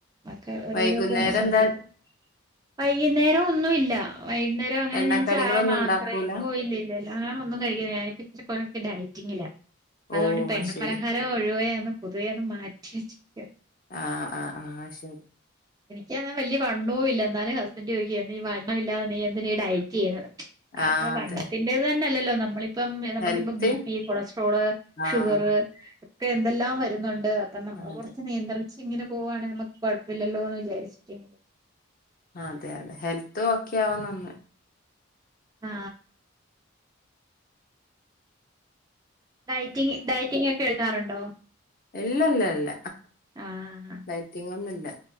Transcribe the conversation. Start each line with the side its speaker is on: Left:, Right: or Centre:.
Right: മക്ക് എവിടെയിലുമൊക്കെ
Left: വൈകുന്നേരം
Right: ഒന്ന് സ്വന്തായിട്ട്
Left: എന്താ
Right: വൈകുന്നേരം ഒന്നുമില്ല വൈകുന്നേരം അങ്ങനെ
Left: എണ്ണക്കടികളൊന്നും
Right: ഞാൻ ചായ മാത്രമേ
Left: ഉണ്ടാക്കൂല
Right: പോയില്ലല്ലോ വൈന്നേരം ഒന്നും കഴിക്കില്ല ഞാനിപ്പ ഇച്ചിരി കുറച്ച് ഡയറ്റിങ്ങില അതുകൊണ്ടിപ്പെണ്ണ
Left: ഓ അത് ശരി
Right: പലഹാരം ഒഴുവേ പൊതുവേന്ന് മാറ്റി വച്ചിരിക്ക
Left: ആഹ് ആ ആഹ് ശരി
Right: എനക്കങ്ങനെ വലിയ വണ്ണവും ഇല്ല എന്നാലും ഹസ്ബൻഡ് ചോദിക്ക ഈ വണ്ണമില്ലാതെ നീ എന്തിനീ ഡയറ്റ് ചെയ്യുന്നത് അത്
Left: ആഹ്
Right: വണ്ണത്തിന്റെത്
Left: അതെ
Right: തന്നെല്ലല്ലോ നമ്മളി ഇപ്പം നമുക്കിപ്പം
Left: ഹെൽത്ത്
Right: ബി പി കൊളസ്ട്രോള് ഷുഗറ്
Left: ആഹ്
Right: ഒക്കെ എന്തെല്ലാം വരുന്നുണ്ട് അപ്പം നമ്മള്
Left: അതെ
Right: കുറച്ച് നിയന്ത്രിച് ഇങ്ങനെ പോവാണ് നമക്ക് കുഴപ്പില്ലല്ലോ എന്ന് വിചാരിച്ചിട്ട്
Left: അതെ അതെ ഹെൽത്ത് ഒക്കെയവാൻ നന്ന്
Right: ആ ഡയ്റ്റിങ് ഡയറ്റിങ് ഒക്കെ ക്കാറുണ്ടോ
Left: ഇല്ലല്ലല്ല
Right: ആഹ്
Left: ഡെയ്റ്റിങ്ങൊന്നുമല്ല